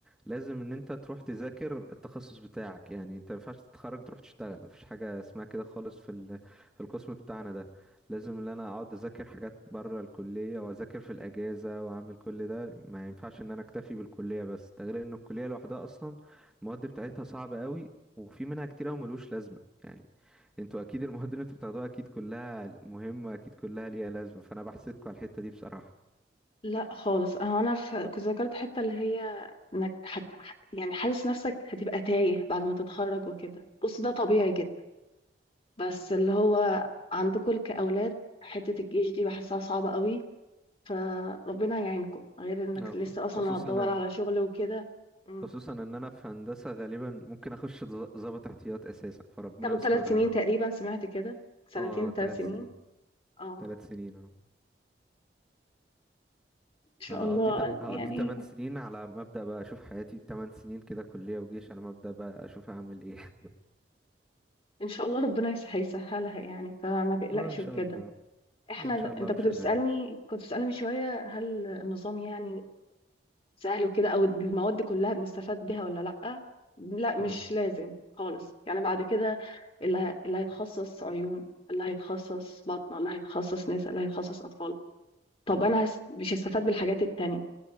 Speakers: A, in the centre; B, on the left (about 35°).
A: لازم ان انت تروح تذاكر التخصص بتاعك يعني انت ما ينفعش تتخرج تروح تشتغل مفيش حاجه اسمها كده خالص في ال... في القسم بتاعنا ده لازم ان انا اقعد اذاكر حاجات بره الكليه واذاكر في الاجازه واعمل كل ده ما ينفعش ان انا اكتفي بالكليه بس ده غير ان الكليه لوحدها اصلا المواد بتاعتها صعبه قوي وفي منها كتير قوي ملوش لازمه يعني انتوا اكيد المواد اللي انتوا بتاخدوها اكيد كلها مهمه اكيد كلها ليها لازمه فانا بحسدكوا على الحته دي بصراحه
B: لا خالص انا انا ف- كنت ذكرت حتة اللي هي انك حت... يعني حاسس نفسك هتبقى تايه بعد ما تتخرج وكده بص ده طبيعي جدا بس اللي هو عندكم كأولاد حتة الجيش دي بحسها صعبة قوي فربنا يعينكم غير انك
A: آه، خ-
B: لسه اصلا
A: خصوصا
B: هتدور
A: ان
B: على شغل وكده مم.
A: خصوصا ان انا في هندسة غالبا ممكن اخش ض- ضابط احتياط اساسا فربنا
B: تاخد
A: يسترها
B: ثلاث سنين
A: بقى
B: تقريبا سمعت كده سنتين
A: اه
B: ثلاث
A: ثلاث
B: سنين
A: سنين
B: اه
A: ثلاث سنين اهو
B: ان شاء
A: هقضي
B: الله
A: ت... هقضي
B: يعني
A: 8 سنين على مبدأ بقى اشوف حياتي 8 سنين كده كلية وجيش على مبدأ بقى اشوف هعمل ايه
B: ان شاء الله ربنا يس- هيسهلها يعني فما
A: <laughs>
B: تقلقش
A: اه ان شاء
B: وكده
A: الله
B: احنا
A: ان شاء الله
B: انت
A: مش
B: كنت بتسالني
A: قلقان
B: كنت بتسالني من شويه هل النظام يعني سهل وكده او المواد دي كلها بنستفاد بيها ولا لا لا
A: اه
B: مش لازم خالص يعني بعد كده اللي ه- اللي هيتخصص عيون اللي هيتخصص بطنه اللي هيتخصص نساء اللي هيتخصص اطفال طب انا هس- مش هستفاد بالحاجات التانية